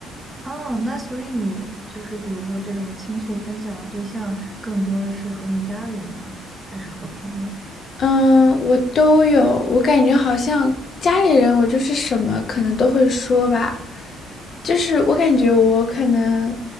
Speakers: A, on the right; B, on the left.
A: 啊。那所以你就是比如说这种倾诉分享的对象，更多的是和你家里人吗？还是和朋友？
B: 嗯，我都有，我感觉好像家里人，我就是什么可能都会说吧，就是我感觉我可能，